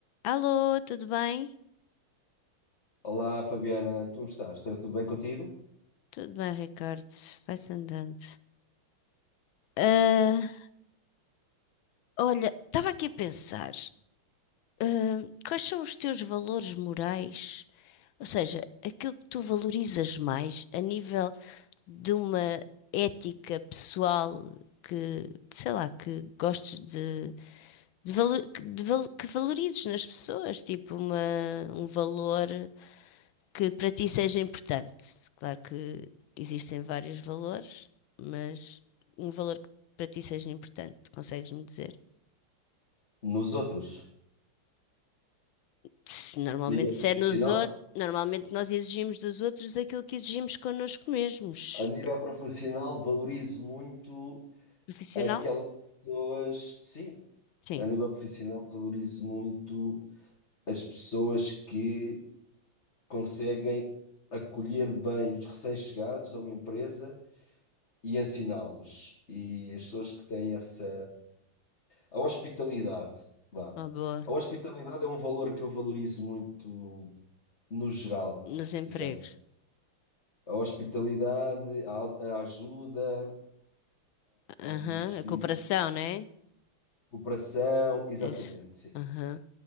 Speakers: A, on the left; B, on the left.
A: Alô, tudo bem?
B: Olá, Fabiana, tu estás? Está tudo bem contigo?
A: Tudo bem, Ricardo. Vai-se andando. Ah, olha, estava aqui a pensar, ah, quais são os teus valores morais? Ou seja, aquilo que tu valorizas mais a nível de uma ética pessoal que, sei lá, que gostes de, de valo- que, de valo- que valorizes nas pessoas, tipo uma, um valor. que para ti seja importante. Claro que existem vários valores, mas um valor que para ti seja importante, consegues-me dizer?
B: Nos outros,
A: Se normalmente
B: a nível
A: se
B: profissional,
A: é nos outros, normalmente nós exigimos dos outros aquilo que exigimos connosco mesmos.
B: a nível profissional valorizo muito
A: Profissional?
B: aquelas pessoas, sim,
A: Sim,
B: a nível profissional valorizo muito as pessoas que conseguem acolher bem os recém-chegados a uma empresa e ensiná-los. E as pessoas que têm essa a hospitalidade, vá.
A: uma boa.
B: A hospitalidade é um valor que eu valorizo muito no geral,
A: Nos empregos.
B: digamos. a hospitalidade, a, au- a ajuda,
A: Aham,
B: hum, o espírito
A: A cooperação,
B: de
A: não é?
B: cooperação, exatamente,
A: Isso. Aham.
B: sim.